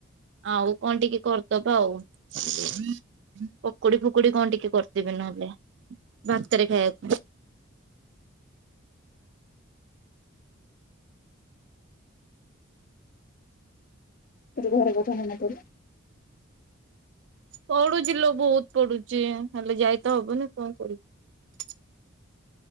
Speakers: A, on the right (about 60°); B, on the left (about 40°).
A: ଆଉ କଣ ଟିକେ କରିଦବା ଆଉ । ପକୁଡି ଫୁକୁଡି କଣ ଟିକେ କରିଦେବି ନହେଲେ । ଭାତରେ ଖାଇବାକୁ।
B: ମୋତେ ଘରେ କଥା ମନେ ପଇଲା।
A: ପଢୁଛି ଲୋ ବହୁତ ପଢୁଛି ହେଲେ ଯାଇତ ହବନି କଣ କରିବୁ ।